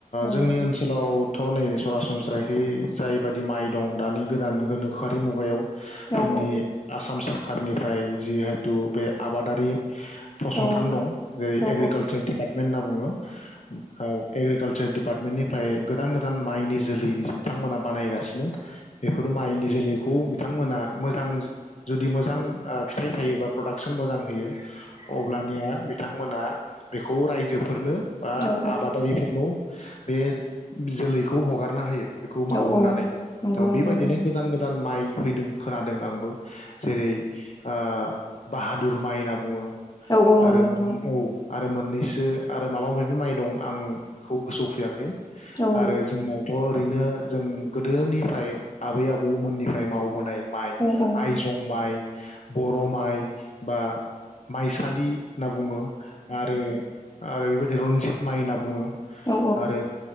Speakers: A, on the left (about 25°); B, on the left (about 50°).
A: औ
B: जोंनि ओनसोलाव थ' नै सरासनस्राहै जायबादि माइ दं दानि गोदान गोनोखोआरि मुगायाव
A: औ
B: जोंनि आसाम सोर कारनिफ्राय जिहेथु बे आबादारि फसंथान
A: औ
B: दं जेरै
A: औ
B: एग्रिकालसार दिपार्टमेन्ट होनना बुङो औ एग्रिकालचार डि पार्टमेन्टनिफ्राय गोदान गोदान माइनि जोलै बिथांमोना बानायगासिनो बेफोरो माइनि जोलैखौ बिथांमोना मोजां जुदि मोजां ओ फिथाइ थायो बा प्रडाक्सन मोजां होयो अब्लानिया बिथांमोना बेखौ रायजोफोरनो बा
A: औ
B: आबादारिफोरनो बे जोलैखौ हगारना होयो। बेखौ मावहोननानै
A: औ औ नंगौ
B: थ
A: नोंथां
B: बेबायदिनो
A: नंगौ
B: गोदान गोदान माइ फैदों खोनादों आंबो। जेरै ओ बाहादुर माइ होनना बुंङो।
A: औ औ नंगौ
B: आरो औ
A: नोंथां
B: मोननैसो आरो माबा माबि माइ दं आं बेखौ गोसोआव फैयाखै।
A: औ
B: आरो जोंनावथ ओरैनो जों गोदोनिफ्राय आबै आबौमोननिफ्राय मावबोनाय माइ
A: औ औ
B: आइ जं माइ। बर माइ बा माइसालि होनना बुङो आरो आरो बेबाय रनजित माइ होनना बुंङो।
A: औ
B: आरो